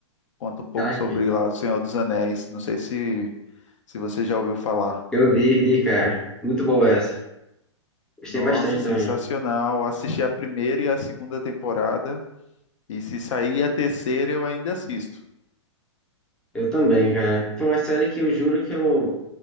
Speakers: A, on the left; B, in the centre.
A: Conta um pouco
B: Caraca,
A: sobre lá O Senhor dos Anéis. Não sei se, se você já ouviu falar.
B: eu vi, vi, cara. Muito boa essa. Gostei
A: Nossa,
B: bastante
A: sensacional.
B: também.
A: Assisti a primeira e a segunda temporada. E se sair a terceira, eu ainda assisto.
B: Eu também, cara. Foi uma série que eu juro que eu,